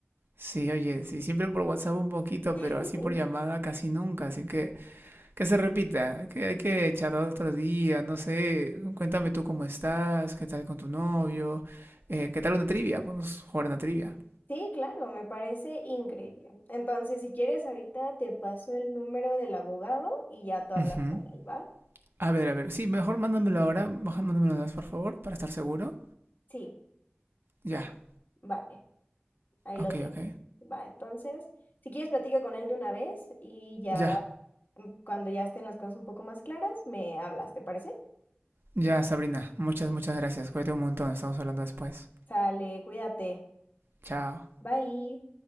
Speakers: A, on the right (about 65°); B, on the left (about 55°).
A: Sí, oye, sí, siempre por WhatsApp un poquito,
B: <laughs>
A: pero así por llamada casi nunca. Así que Que se repita, que hay que charlar otro día, no sé, cuéntame tú cómo estás, qué tal con tu novio, eh, qué tal una trivia, podemos jugar una trivia.
B: Sí, claro, me parece increíble. Entonces, si quieres, ahorita te paso el número del abogado y ya tú hablas
A: Ujú.
B: con él, ¿va?
A: A ver, a ver, sí, mejor mándamelo ahora, baja- mándamelo una vez, por favor, para estar seguro.
B: Sí,
A: Ya,
B: vale, ahí
A: ok,
B: lo tienes.
A: ok.
B: Va, entonces, si quieres, platica con él de una vez y ya
A: Ya,
B: mm, cuando ya estén las cosas un poco más claras, me hablas, ¿te parece?
A: ya, Sabrina, muchas, muchas gracias, cuídate un montón, estamos hablando después.
B: Sale, cuídate.
A: Chao.
B: Bye.